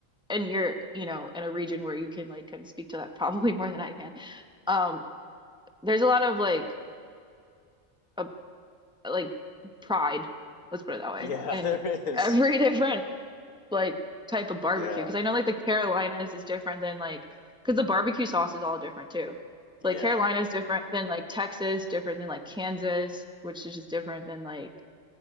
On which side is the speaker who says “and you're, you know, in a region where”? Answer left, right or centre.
Centre